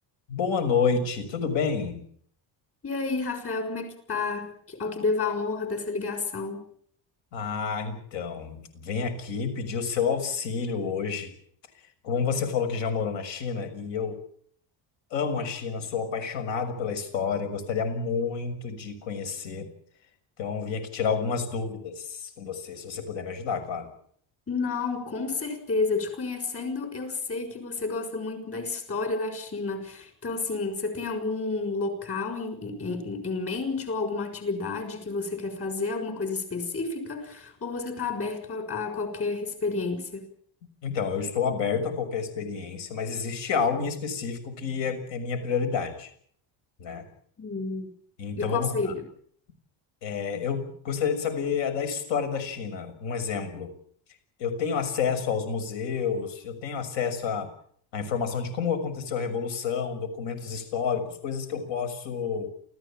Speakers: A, on the left; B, on the left.
A: Boa noite, tudo bem?
B: E aí, Rafael, como é que tá? Que- Ao que devo a honra dessa ligação.
A: Ah, então, vem aqui pedir o seu auxílio hoje. Como você falou que já morou na China, e eu amo a China, sou apaixonado pela história, gostaria muito de conhecer. Então, vim aqui tirar algumas dúvidas com você, se você puder me ajudar, claro.
B: Não, com certeza. Te conhecendo, eu sei que você gosta muito da história da China. Então, assim, você tem algum local em, em, em em mente ou alguma atividade que você quer fazer, alguma coisa específica? Ou você está aberto a, a qualquer experiência?
A: Então, eu estou aberto a qualquer experiência, mas existe algo em específico que é, é minha prioridade, né?
B: Hum.
A: Então,
B: E qual
A: vamos
B: seria?
A: lá. É, eu gostaria de saber da história da China, um exemplo. eu tenho acesso aos museus, eu tenho acesso à, à informação de como aconteceu a Revolução, documentos históricos, coisas que eu posso